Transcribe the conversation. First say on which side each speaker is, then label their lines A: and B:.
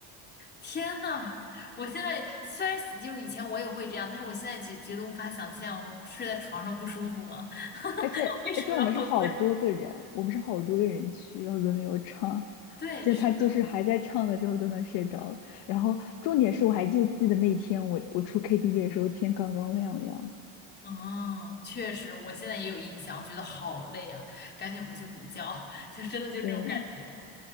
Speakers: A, on the left; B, on the left.
A: 天呐，我现在虽然喜就是以前我也会这样，但是我现在就觉得无法想象睡在床上不舒服吗？<laughs>
B: 而且而且我们是好多个人，
A: 为什么要受罪？
B: 我们是好多个人去，然后轮流唱，
A: <laughs> 对，
B: 就他就是还在唱的时候都能睡着了，
A: 是的，
B: 然后重点是我还就记得那天我我出 KTV 的时候天刚刚亮的样子，
A: 嗯，确实，我现在也有印象，我觉得好累啊，赶紧回去补觉，<laughs> 就真的就是那种感觉。
B: 对。